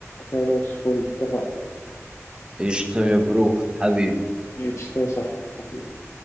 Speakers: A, on the left (about 60°); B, on the right (about 15°).
A: خلاص فل اتفقنا
B: قشطه يا برو حبيبي
A: ماشي يا صاحبي حبيبي